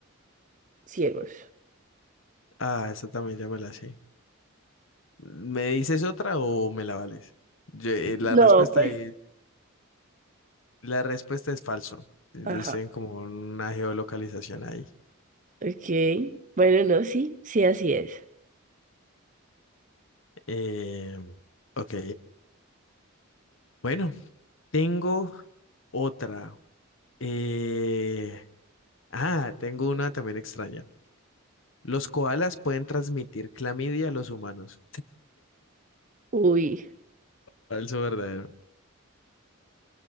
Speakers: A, on the right (about 35°); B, on the left (about 60°).
A: ciegos.
B: Ah, esa también ya me la sé. ¿Me dices otra o me la vales? Yo- eh, la
A: No,
B: respuesta
A: pues,
B: Bueno, es, la respuesta es falso. Ellos
A: ajá.
B: tienen como una geolocalización ahí.
A: Ok. Bueno, no, sí, sí, así es.
B: Eh, ok. Bueno, tengo otra. Eh, ah, tengo una también extraña. Los koalas pueden transmitir clamidia a los humanos.
A: Uy.
B: Falso, verdadero.